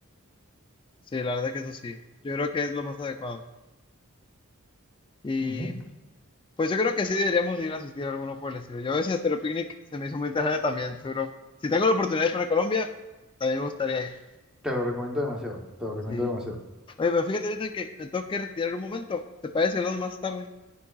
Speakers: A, on the left; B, in the centre.
A: Sí, la verdad es que eso sí. Yo creo que es lo más adecuado. Y
B: Ujú.
A: pues yo creo que sí deberíamos ir a asistir a alguno por el estilo. Yo ese Estéreo Picnic se me hizo muy interesante también, seguro. Si tengo la oportunidad de ir para Colombia, también me gustaría ir.
B: Te lo recomiendo demasiado, te lo recomiendo
A: Sí.
B: demasiado.
A: Oye, pero fíjate, Jonathan, que me tengo que retirar un momento. ¿Te parece que hablamos más tarde?